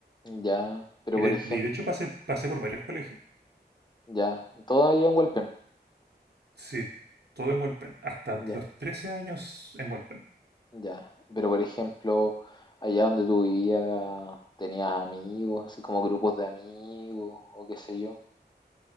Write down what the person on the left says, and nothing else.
Ya, pero
por
ejemplo,
ya, todo allá en Walpen.
Ya,
ya. Pero por ejemplo, allá donde tú vivías, tenías amigos, así como grupos de amigos o qué sé yo.